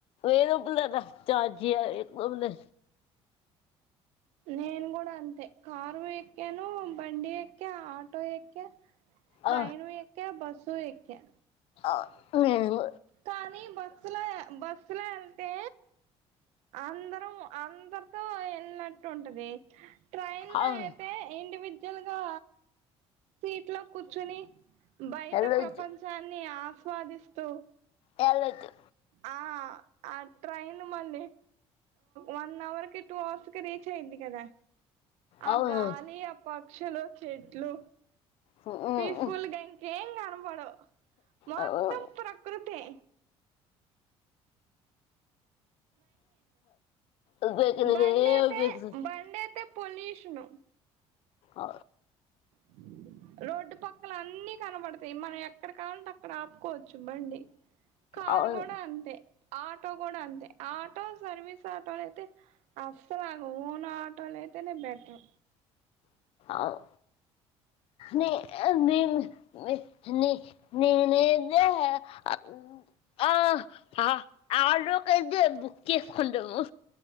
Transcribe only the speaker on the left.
ఏదోకలాగా ఛార్జి ఎక్కువ ఉంది
ఆ,
అవును
అవును
వెళ్ళొద్దు
వెళ్ళొద్దు
అవునవును
మ్మ్
అవును
ఉబ్బెక్కుతది
ఉబ్బెక్కుతది
అ
అవును
అవ్ నే అ నేన్ నె నె నేన్ అదే అ అన్ ఆ హా ఆడో కైతే బుక్ ఎక్కుండవు